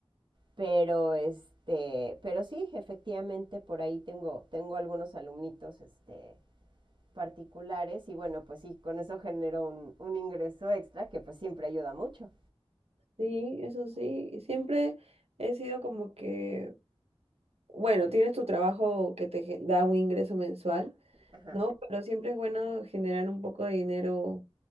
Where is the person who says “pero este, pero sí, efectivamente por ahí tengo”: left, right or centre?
Right